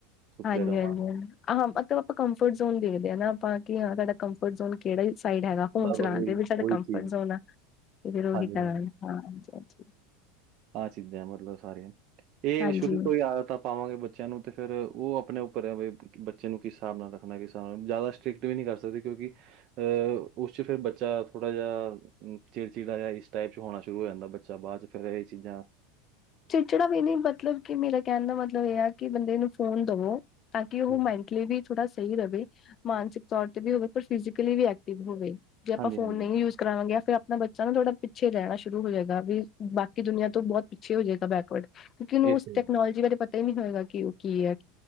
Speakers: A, on the right (about 50°); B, on the left (about 35°).
A: ਸੁੱਤੇ
B: ਹਾਂਜੀ-
A: ਰਵਾਂਗੇ,
B: ਹਾਂਜੀ ਹਾਂ ਆਹਾਂ ਮਤਬ ਅਪਾਂ ਕੰਫਰਟ ਜ਼ੋਨ ਦੇਖਦੇ ਆਂ ਨਾ ਆਪਾਂ ਕਿ ਹਾਂ ਸਾਡਾ ਕੰਫਰਟ ਜ਼ੋਨ ਕਿਹੜੇ ਸਾਈਡ ਹੈਗਾ। ਫੋਨ
A: ਬਸ-ਬਸ
B: ਚਲਾਉਣ
A: ਉਹੀ,
B: ਦੇ ਵੀ ਸਾਡੇ
A: ਉਹੀ
B: ਕੰਫਰਟ
A: ਚੀਜ਼,
B: ਜ਼ੋਨ ਆ ਤੇ ਫਿਰ ਉਹੀ
A: ਹਾਂਜੀ-ਹਾਂਜੀ।
B: ਕਰਾਂਗੇ ਹ
A: ਆਹ ਚੀਜ਼ਾਂ ਮਤਲਬ ਸਾਰੀਆਂ, ਇਹ
B: ਹਾਂਜੀ
A: ਸ਼ੁਰੂ ਕੋਈ ਆਦਤ ਤਾਂ ਪਾਵਾਂਗੇ ਬੱਚਿਆਂ ਨੂੰ ਤੇ ਫਿਰ ਉਹ ਆਪਣੇ ਉੱਪਰ ਐ ਬਈ ਬੱਚੇ ਨੂੰ ਕਿਸ ਸਾਬ ਨਾਲ ਰੱਖਣੈ ਕਿਸ ਸਾਬ ਨਾਲ ਜ਼ਿਆਦਾ ਸਟ੍ਰਿਕਟ ਵੀ ਨੀ ਕਰ ਸਕਦੇ ਕਿਉਂਕਿ ਅਹ ਉਸ ਚ ਫਿਰ ਬੱਚਾ ਥੋੜ੍ਹਾ ਜਿਹਾ ਚਿੜਚਿੜਾ ਜਿਹਾ ਇਸ ਟਾਈਪ ਚ ਹੋਣਾ ਸ਼ੁਰੂ ਹੋ ਜਾਂਦਾ ਬੱਚਾ ਬਾਅਦ ਚ ਫੇਰ ਇਹ ਚੀਜ਼ਾਂ
B: ਚਿੜਚਿੜਾ ਵੀ ਨਹੀਂ ਮਤਲਬ ਕਿ ਮੇਰਾ ਕਹਿਣ ਦਾ ਮਤਲਬ ਇਹ ਆ ਕਿ ਬੰਦੇ ਨੂੰ ਫੋਨ ਦਵੋ ਤਾਂ ਕਿ ਉਹ
A: ਹੂੰ।
B: ਮ ਵੀ ਥੋੜਾ ਸਹੀ ਰਹੇ, ਮਾਨਸਿਕ ਤੌਰ ਤੇ ਵੀ ਹੋਵੇ ਪਰ ਫਿਜ਼ਕਲੀ ਵੀ ਐਕਟਿਵ ਹੋਵੇ ਜੇ ਆਪਾਂ
A: ਹਾਂਜੀ
B: ਫੋਨ
A: ਹਾਂਜੀ
B: ਨਹੀਂ ਯੂਜ ਕਰਾਵਾਂਗੇ ਫ਼ਿਰ ਆਪਣਾ ਬੱਚਾ ਨਾ ਥੋੜਾ ਪਿੱਛੇ ਰਹਿਣਾ ਸ਼ੁਰੂ ਹੋ ਜਾਏਗਾ ਵੀ, ਬਾਕੀ ਦੁਨੀਆਂ ਤੋਂ ਬਹੁਤ ਛੇ ਹੋ ਜੇਗਾ ਬੈਕਵਰਡ, ਕਿ ਉਹਨੂੰ
A: ਇਹ
B: ਉਸ
A: ਤੇ
B: ਟੈਕਨੋਲੋਜੀ
A: ਹੈ।
B: ਬਾਰੇ ਪਤਾ ਈ ਨੀ ਹੋਏਗਾ ਕਿ ਉਹ ਕੀ ਐ।